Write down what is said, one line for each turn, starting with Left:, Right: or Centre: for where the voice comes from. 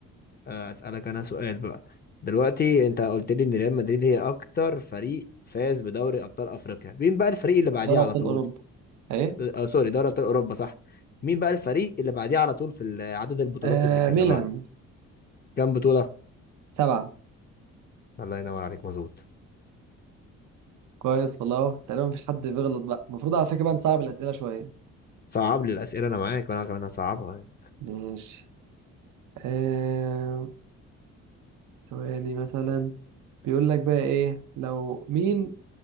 Left: آه، أسألك أنا سؤال بقى دلوقتي أنت قلت لي إن ريال مدريد هي أكتر فريق فاز بدوري أبطال أفريقيا مين بقى الفريق اللي بعديه
Right: دوري
Left: على
Right: أبطال
Left: طول
Right: أوروبا ايه
Left: آه سوري دوري أبطال أوروبا صح مين بقى الفريق اللي بعديه على طول في ال- عدد البطولات
Right: آه
Left: اللي كسبها
Right: ميلان
Left: كام بطولة
Right: سبعة
Left: الله ينور عليك مظبوط
Right: كويس والله تقريبا مفيش حد بيغلط بقى المفروض على فكرة بقى نصعب الأسئلة شوية
Left: صعب لي الأسئلة أنا معاك وأنا كمان هصعبها يعني
Right: ماشي آه ثواني مثلا بيقول لك بقى ايه لو مين